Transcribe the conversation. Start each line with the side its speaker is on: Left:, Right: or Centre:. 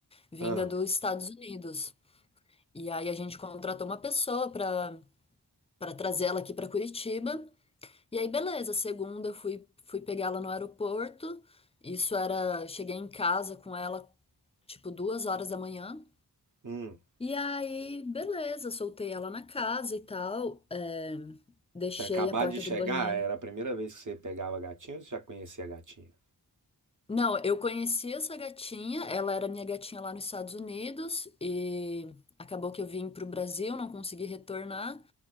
Left: vinda
Right: Ah,
Left: dos Estados Unidos. E aí a gente contratou uma pessoa para para trazer ela aqui para Curitiba. E aí, beleza, segunda eu fui, fui pegá-la no aeroporto. Isso era, cheguei em casa com ela tipo duas horas da manhã.
Right: hum.
Left: E aí, beleza, soltei ela na casa e tal. é, deixei
Right: Tinha acabado
Left: a porta
Right: de chegar,
Left: do banheiro.
Right: era a primeira vez que você pegava a gatinha ou você já conhecia a gatinha?
Left: Não, eu conheci essa gatinha, ela era minha gatinha lá nos Estados Unidos e acabou que eu vim pro Brasil, não consegui retornar.